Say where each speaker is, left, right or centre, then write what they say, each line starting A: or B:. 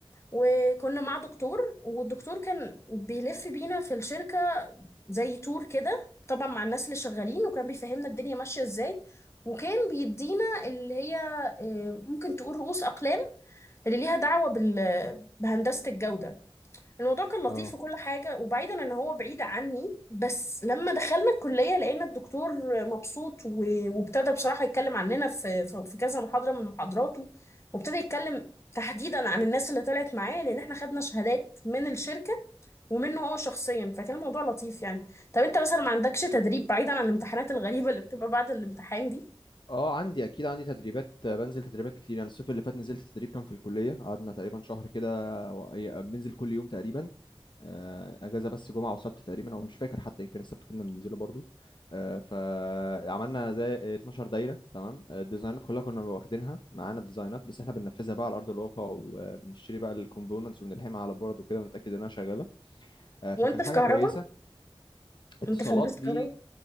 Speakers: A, on the left; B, on the left.
A: وكنا مع دكتور والدكتور كان بيلف بينا في الشركة زي تور كده طبعا مع الناس اللي شغالين وكان بيفهمنا الدنيا ماشية إزاي وكان بيدينا اللي هي آه، ممكن تقول رؤوس أقلام اللي ليها دعوة بال... بهندسة الجودة الموضوع كان لطيف
B: اه
A: وكل حاجة وبعيدا ان هو بعيد عني بس لما دخلنا الكلية لقينا الدكتور مبسوط و- وابتدى بصراحة يتكلم عننا في في في كذا محاضرة من محاضراته وابتدى يتكلم تحديدا عن الناس اللي طلعت معاه لان احنا خدنا شهادات من الشركة ومنه هو شخصيا فكان الموضوع لطيف يعني طب انت مثلا ما عندكش تدريب بعيدا عن الامتحانات الغريبة اللي بتبقى بعد الامتحان دي
B: اه عندي اكيد عندي تدريبات بنزل تدريبات كتير يعني الصيف اللي فات نزلت تدريب كان في الكليه قعدنا تقريبا شهر كده و- أي- بننزل كل يوم تقريبا آه، اجازه بس جمعه وسبت تقريبا او مش فاكر حتى يمكن السبت كنا بننزله برضو آه، فعملنا زي 12 دايره تمام آه، الديزاينات كلها كنا واخدينها معانا الديزاينات بس احنا بننفذها بقى على ارض الواقع وبنشتري بقى الكومبوننتس وبنلحمها على البورد وكده ونتاكد انها شغاله آه، فكان
A: وانت
B: حاجه
A: في كهرباء
B: كويسه اتصالات
A: انت في هندسة
B: دي
A: كهرباء